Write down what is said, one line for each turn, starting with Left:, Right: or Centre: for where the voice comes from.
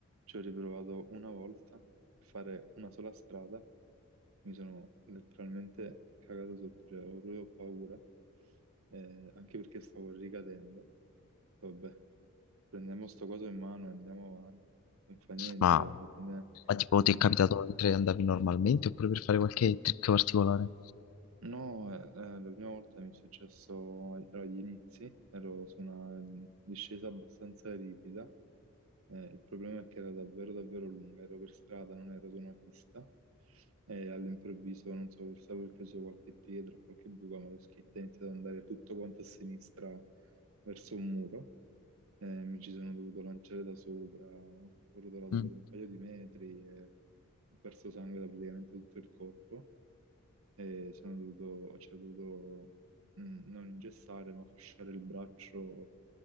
Right: ci ho riprovato una volta per fare una sola strada, mi sono letteralmente cagato sotto, cioè, avevo proprio paura, eh, anche perché stavo ricadendo. Vabbè, prendiamo sto coso in mano e andiamo avanti, non fa niente,
Left: ma,
Right: cioè, alla fine
Left: ma tipo ti
Right: No.
Left: è capitato mentre andavi normalmente oppure per fare qualche trick particolare?
Right: No, eh, eh, la prima volta mi è successo, ero agli inizi, ero su una discesa abbastanza ripida, eh, il problema è che era davvero davvero lunga, ero per strada, non ero su una pista, e all'improvviso, non so, forse avevo preso qualche pietra, qualche buca, ma lo skate è iniziato ad andare tutto quanto a sinistra verso un muro, eh, mi ci sono dovuto lanciare da sopra, ho rotolato
Left: Mm.
Right: per un paio di metri e ho perso sangue da praticamente tutto il corpo e sono dovuto, cioè, ho dovuto mh, non ingessare, ma fasciare il braccio